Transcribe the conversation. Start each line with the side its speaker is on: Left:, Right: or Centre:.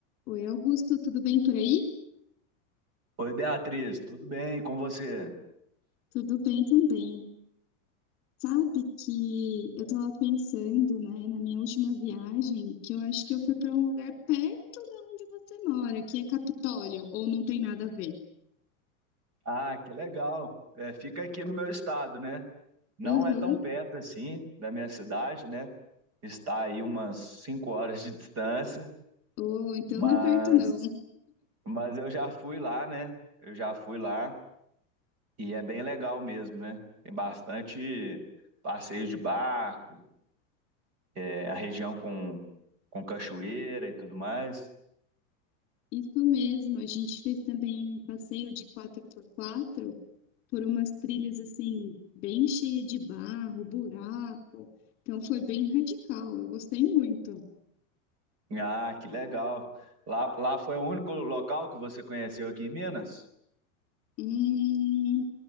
Left: Oi, Augusto, tudo bem por aí?
Right: Oi, Beatriz, tudo bem com você?
Left: Tudo bem também. Sabe que eu tava pensando, né, na minha última viagem, que eu acho que eu fui para um lugar perto da onde você mora, que é Capitólio, ou não tem nada a ver?
Right: Ah, que legal. É, fica aqui no meu estado, né? Não
Left: Aham,
Right: é tão perto assim da minha cidade, né? Está aí umas cinco horas de distância,
Left: Ou então
Right: mas,
Left: não é perto não.
Right: mas eu já fui lá, né? Eu já fui lá e é bem legal mesmo, né? Tem bastante passeio de barco, é, a região com, com cachoeira e tudo mais.
Left: Isso mesmo, a gente fez também um passeio de quatro x quatro por umas trilhas assim, bem cheia de barro, buraco. Então foi bem radical, eu gostei muito.
Right: Ah, que legal. Lá, lá foi o único local que você conheceu aqui em Minas?
Left: Hum,